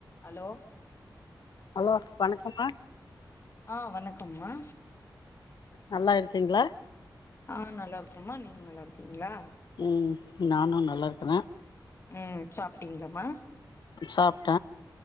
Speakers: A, on the left (about 35°); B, on the left (about 75°).
A: Hello
B: hello வணக்கம்ம
A: ஆ வணக்கம்மா
B: நல்லா இருக்கீங்ளா
A: ஆ நல்லா இருக்கேமா நீங்க நல்லா இருக்கீங்ளா
B: ம் நானு நல்லா இருக்குற
A: ம் சாப்டீங்ளாமா
B: சாப்ட்ட